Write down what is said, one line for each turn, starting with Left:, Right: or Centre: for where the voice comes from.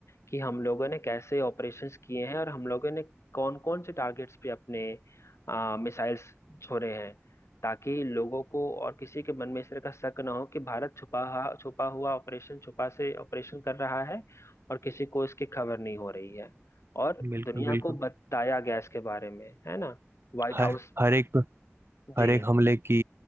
Left: कि हम लोगों ने कैसे ऑपरेशंस किए हैं और हम लोगों ने कौन कौन से टारगेट्स पे अपने मिसाइल्स छोड़े हैं ताकि लोगों को और किसी के मन में इस तरह का शक ना हो कि भारत छुपा हा- छुपा हुआ ऑपरेशन छुपा से ऑपरेशन कर रहा है और किसी को इसकी खबर नहीं हो रही है और
Right: बिल्कुल
Left: दुनिया
Right: बिल्कुल
Left: को बताया गया इसके बारे में है ना White
Right: हर
Left: House
Right: हर एक
Left: जी
Right: हर एक हमले की